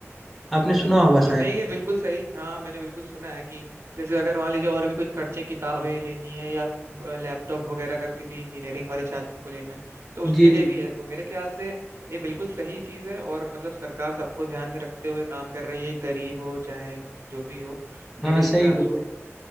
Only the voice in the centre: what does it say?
आपने सुना होगा
शायद
जी
जी
हाँ सही
बोल